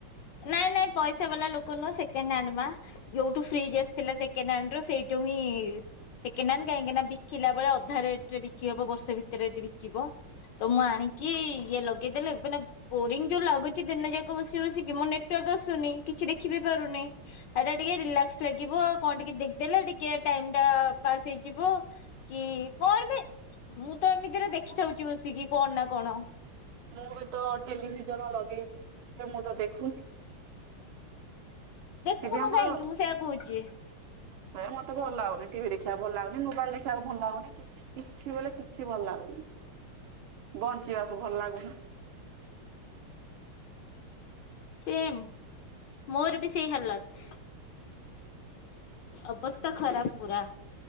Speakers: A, on the left (about 70°); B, on the right (about 75°).
A: ନାଇଁ ନାଇଁ ପଇସା ବାଲା ଲୋକ ନୁହଁ ସେକେଣ୍ଡ ହ୍ୟାଣ୍ଡ ମା ଯୋଉଠୁ ଫ୍ରିଜ୍ ଆସିଥିଲା ସେକେଣ୍ଡ ହ୍ୟାଣ୍ଡ ର ସେଇଠୁ ହିଁ ସେକେଣ୍ଡ ହ୍ୟାଣ୍ଡ କାହିଁକି ନା ବିକିଲା ବେଳେ ଅଧା ରେଟରେ ବିକି ହବ ବର୍ଷ ଭିତରେ ଯଦି ବିକିବ ତ ମୁଁ ଆଣିକି ଇଏ ଲଗେଇଦେଲେ ମାନେ ବୋରିଙ୍ଗ ଯୋଉ ଲାଗୁଚି ଦିନ ଯାକ ବସି ବସିକି ମୋ ନେଟୱାର୍କ ଆସୁନି କିଛି ଦେଖି ବିି ପାରୁନି ଏଟା ଟିକେ ରିଲାକ୍ସ ଲାଗିବ ଆଉ କଣ ଟିକେ ଦେଖିଦେଲେ ଟିକେ ଟାଇମ୍ ଟା ପାସ୍ ହେଇଯିବ କି କଣ ବି ମୁଁ ତ ଏମତି <unintelligible> ଦେଖିଥାାଉଛି ବସିକି କଣ ନା କଣ? <inaudible>
B: ମୁଁ ବି ତ ଟେଲିଭିଜନ ଲଗେଇଛି ହେଲେ ମୁଁ ତ ଦେଖୁନି। <inaudible>
A: ଦେଖୁନୁ
B: ଟିଭି ଆମର
A: କାହିଁକି ମୁଁ ସେଆ କହୁଛି।
B: ହେ ମତେ ଭଲ ଲାଗୁନି ଟିଭି ଦେଖିବାକୁ ଭଲ ଲାଗୁନି ମୋବାଇଲ ଦେଖିବାକୁ ଭଲ ଲାଗୁନି କିଛି କିଛି ବୋଲେ କିଛି ଭଲ ଲାଗୁନି ବଞ୍ଚିବାକୁ ଭଲ ଲାଗୁନି
A: ସେମ୍ ମୋର ବି ସେଇ ହାଲତ୍ ଅବସ୍ଥା ଖରାପ ପୁରା।